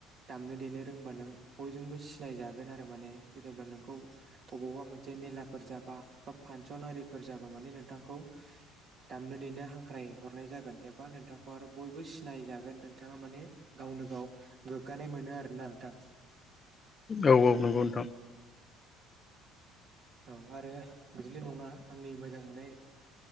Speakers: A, on the right (about 50°); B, on the left (about 30°).
A: दामनो देनो रोंबा नों बयजोंबो सिनायजागोन आरो माने जेनेबा नोंखौ अबावबा मोनसे जे मेलाफोर जाबा बा फांसन आरिफोर जाबा माने नोंथांखौ दामनो देनो हांख्राय हरनाय जागोन एबा नोंथांखौ आरो बयबो सिनाय जागोन नोंथाङा माने गाव गावनो गाव गोग्गानाय मोनो आरो ना नोंथां
B: औ ओ नंगौ नोंथां
A: औ आरो बिदिल' नङा आंनि मोजां मोननाय।